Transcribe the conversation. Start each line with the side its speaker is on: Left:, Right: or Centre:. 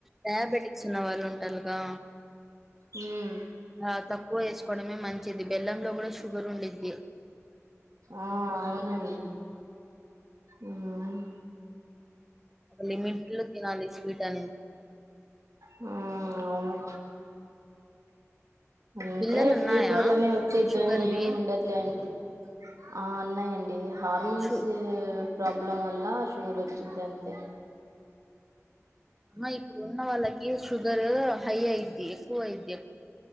Centre: డయాబెటిక్స్ ఉన్న వాళ్ళుంటారుగా
Right: ఉమ్
Centre: ఆ తక్కువ వేసుకోవడమే మంచిది బెల్లంలో కూడ షుగర్ఉండిద్ది
Right: ఆ అవునండి మ్మ్
Centre: ఒక లిమిట్లో తినాలి స్వీట్ అనేది
Right: మ్మ్ అవును అంటే
Centre: బిళ్ళలు ఉన్నాయా
Right: స్వీట్ వల్లనే వచ్చిద్దని
Centre: షుగర్వి
Right: ఏముండదులే అండి ఆ ఉన్నాయండి హార్మోన్స్
Centre: షు
Right: ప్రాబ్లం వల్ల షుగర్ వచ్చిద్దంతే
Centre: అమ్మ ఇప్పుడు ఉన్నవాళ్ళకి షుగర్ హై అయి ఏ ఎక్కువైద్ది